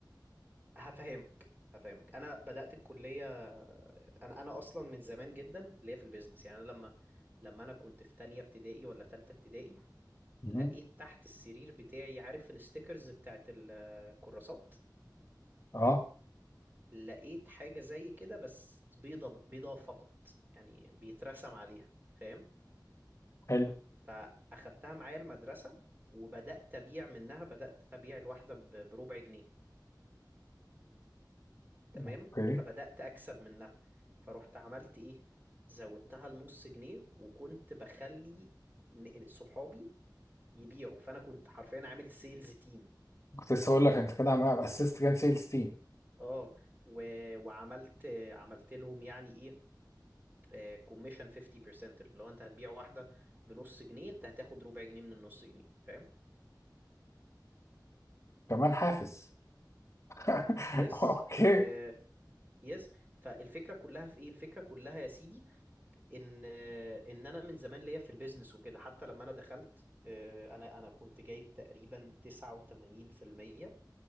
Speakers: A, on the right (about 25°); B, on the left (about 40°).
A: هفهمك هفهمك انا بدأت الكلية انا انا اصلا من زمان جدا ليا في البيزنس يعني أنا لما لما انا كنت في تانية ابتدائي ولا تالتة ابتدائي
B: مهم.
A: لقيت تحت السرير بتاعي عارف الستيكرز بتاعت الكراسات
B: اه
A: لقيت حاجة زي كده بس بيضة بيضة فقط يعني بيترسم عليها فاهم
B: حلو
A: فأخدتها معايا المدرسة وبدأت أبيع منها بدأت أبيع الواحدة ب- بربع جنيه تمام
B: اوكي
A: فبدأت أكسب منها فروحت عملت إيه زودتها لنص جنيه وكنت بخلي ن- صحابي يبيعوا فأنا كنت حرفيا عامل سيلز تيم
B: كنت لسه اقول لك انت كده عم اسست كام سيلز تيم
A: اه و... وعملت عملت لهم يعني ايه كوميشن 50% اللي هو انت هتبيع واحده بنص جنيه انت هتاخد ربع جنيه من النص جنيه فاهم
B: كمان حافز <laughs>
A: يس
B: اوكي
A: آه يس فالفكره كلها في ايه الفكره كلها يا سيدي ان آه ان انا من زمان ليا في البيزنس وكده حتى لما انا دخلت آه انا انا كنت جايب تقريبا 89%